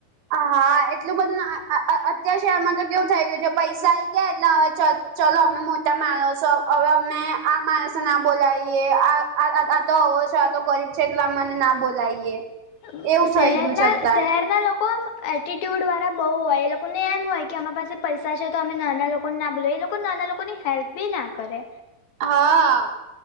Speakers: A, on the right; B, on the left.
A: હ હા એટલું બધું આ આ આ અત્યાર શહેરમાં તો કેવું થઈ ગયું છે પૈસા આઈ ગયા એટલે અછત ચલો અમે મોટા માણસો હવે અમે આ માણસો ના બોલાવીએ આ આ આ આ તો આવવો છે આ તો ગરીબ છે એટલા મને ના બોલાવીએ.
B: હઉ
A: એવું
B: શહેરના
A: થઈ ગયું છે અત્યારે
B: શહેરના લોકો આમ એટિટ્યૂડવાળા બહુ હોય એ લોકોને એમ હોય કે અમારા પાસે પૈસા છે તો અમે નાના લોકોને ના ભૂલ એ લોકો નાના લોકોની હેલ્પ બી ના કરે
A: હા.